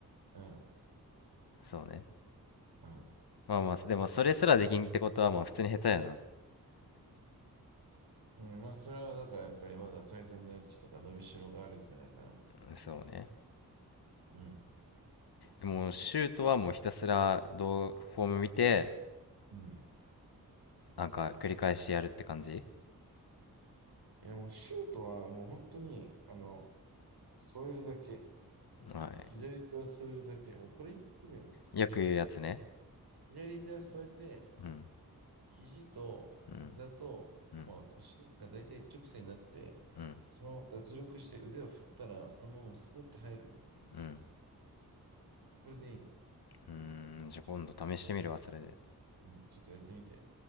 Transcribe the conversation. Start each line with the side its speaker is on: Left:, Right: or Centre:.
Right: うん。
Left: そうね
Right: うん。
Left: まあまあ、でもそれすらできんってことは、まあ普通に下手やな。
Right: うん、まあそれはだからやっぱりまだ改善の余地とか伸びしろがあるんじゃないかな。
Left: うんそうね。
Right: うん。
Left: もうシュートはもうひたすらどうフォーム見て、
Right: うん。
Left: なんか繰り返してやるって感じ。
Right: いや、もうシュートはもう本当に、あの、添えるだけ。
Left: は
Right: 左手は添えるだけ。もうこれに尽きるんよ。
Left: い。よく言うやつね。
Right: 左手は添えて、
Left: うん、
Right: 肘と膝と、
Left: うん、うん、
Right: まあ腰が大体一直線になって、
Left: うん、
Right: そのまま脱力して腕を振ったら、そのままスポッて入る。
Left: うん。
Right: これでいい。
Left: うーん、じゃあ今度試してみるわ、それで。
Right: うん、ちょっとやってみて。